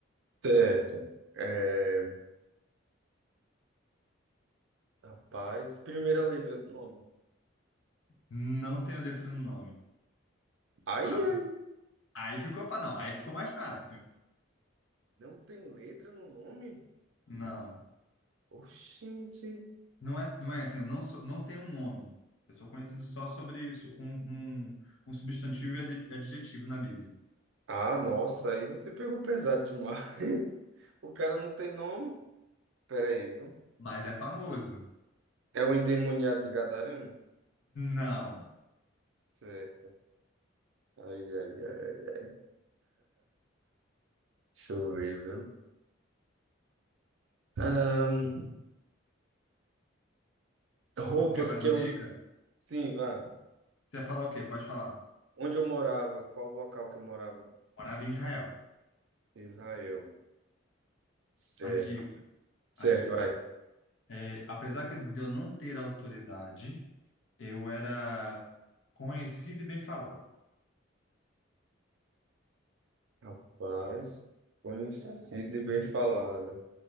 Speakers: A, on the right; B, on the left.
A: Certo. É, rapaz, primeira letra do nome.
B: Não tenho letra no nome.
A: Aí,
B: Ah, isso-
A: aí,
B: aí ficou para não, aí ficou mais fácil.
A: não tem letra no nome?
B: Não,
A: Oxente.
B: não é, não é assim, eu não sou, não tenho um nome. Eu sou conhecido só sobre isso, com um, um substantivo e adi- adjetivo na Bíblia.
A: Ah, nossa, aí você pegou pesado demais. <laughs> O cara não tem nome? Pera aí, viu?
B: mas é famoso.
A: É o endemoniado de Gadareno?
B: Não.
A: Certo. Ai, ai, ai, ai. Deixa eu ver, viu? Ahn, Roupas
B: Quer mais
A: que
B: uma
A: eu
B: dica?
A: uso. Sim, vá.
B: Você vai falar o quê? Pode falar.
A: Onde eu morava? Qual o local que eu morava?
B: Morava em Israel.
A: Israel. Certo.
B: A dica,
A: Certo,
B: a dica.
A: vai.
B: É, apesar que de eu não ter autoridade, eu era conhecido e bem falado.
A: Rapaz, conhecida e bem falada.